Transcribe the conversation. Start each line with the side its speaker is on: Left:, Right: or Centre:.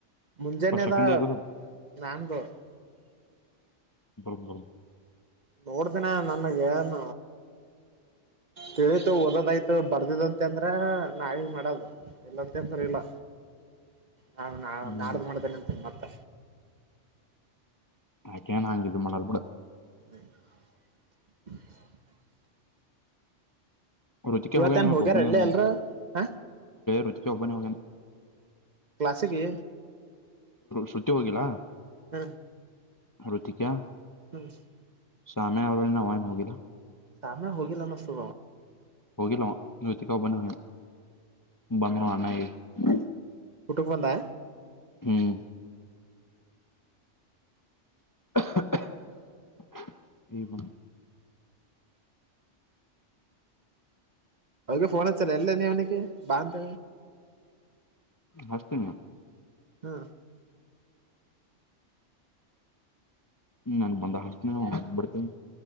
Right: ಮುಂಜಾನೆದ
Left: ಫಸ್ಟ್ ಸೆಕೆಂಡ್ ಇಯರ್
Right: <unintelligible>
Left: <unintelligible>
Right: ನೋಡ್ತಿನ ನನಗ ಏನ್ ತಿಳೀತು ಓದನ್ ಆಯ್ತು ಬರ್ದಿದಂತೆ ಅಂದ್ರ ನಾಳಿಗ್ ಮಾಡೋದು ಇಲ್ಲಂತಂದ್ರ ಇಲ್ಲ ನಾ ನಾ
Left: ಹ್ಮ್
Right: ನಾಡ್ದ ಮಾಡ್ದೇನೆ ಅಂತನೆ ಮತ್ತ
Left: ಆಕೆನ್ ಹಂಗ ಇದ್ ಮಾಡಲ್ ಬಿಡ
Right: <unintelligible>
Left: ರುಚಕ್ಯಾ
Right: ಇವತ್ತೇನ್
Left: ಹೋಗಾನೆ
Right: ಹೋಗ್ಯಾರ
Left: ಒಬ್ಬನೆ
Right: ಇಲ್ಲೇ
Left: ಹೋಗಾನ್
Right: ಎಲ್ರು ಹ
Left: ರುಚಕ ಒಬ್ಬನೆ ಹೋಗ್ಯಾನ
Right: ಕ್ಲಾಸಿಗೆ
Left: ಸೂಟಿ ಹೋಗಿಲ್ಲಾ
Right: ಹ
Left: ರುತಿಕಾ
Right: <unintelligible>
Left: ಶಾಮೆ ಅವರು ನ ಇನ್ ಹೋಗಿಲ್ಲಾ
Right: ಸಾಮೇ ಹೋಗಿಲ್ಲನ್ನಷ್ಟು
Left: ಹೋಗಿಲ್ಲವಾ ಯೂತ್ತಿಕ ಒಬ್ಬನ ಹೋಗ್ಯಾನ ಬಂದನ ಅಣನ್ನ
Right: ಊಟಾ ಬಂದಾ
Left: ಹ್ಮ್ <inaudible>
Right: ಅವೆ ಫೋನ್ ಹಚ್ಚಲ್ಲ ಎಲ್ಲೇ ಆವನಿಗೆ ಬಾ ಅಂತ
Left: ಹಸ್ತನ್
Right: ಹ್ಮ
Left: ನನ್ ಬಂದ ಹಸ್ನ ಬಿಡ್ತೇನಿ